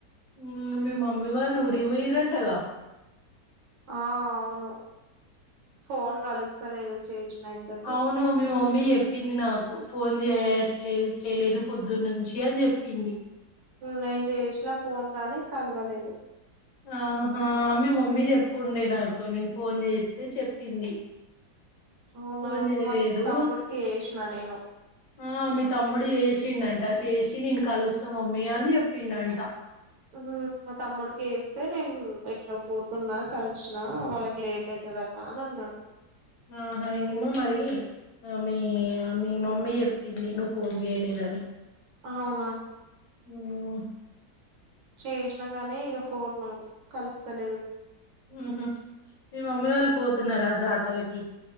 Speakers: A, on the left; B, on the right.
A: మ్మ్ మీ మమ్మీ వాళ్ళు ఊరికి పోయ్యరంటగా
B: ఆ అవును ఫోన్ కలుస్తలేదు చేసిన ఇంతసేపు
A: అవును మీ మమ్మీ చెప్పింది నాకు ఫోన్ చేయట్లేదు చేయలేదు పొద్దున్నుంచి అని చెప్పింది
B: నేను చేసిన ఫోన్ గానీ కలవలేదు
A: ఆహా మీ మమ్మీ చెప్పుండే నాకు నేను ఫోన్ చేసి చెప్పింది
B: అవునా
A: ఫోన్ చేయలేదు
B: మా తమ్ముడికి వేసినా నేను
A: ఆ మీ తమ్ముడు చేసిండంట చేసి నేను కలుస్త మమ్మీయా అని చెప్పిండంట
B: మ్ మా తమ్ముడికి చేస్తే నేను ఇట్లా పోతున్నా కలిసిన వాళ్ళకి లేట్ అయితే రాదాటాన అన్నాడు
A: ఆహా ఏమో మరి ఆ మీ మమ్మీ చెప్పింది నువ్వు ఫోన్ చేయలేదు అ
B: అవునా
A: మ్మ్
B: చేసినా కానీ ఇగా ఫోన్ కలుస్తలేదు
A: మ్మ్ హ్ మీ మమ్మీ వాళ్ళు పోతున్నారా జాతరకి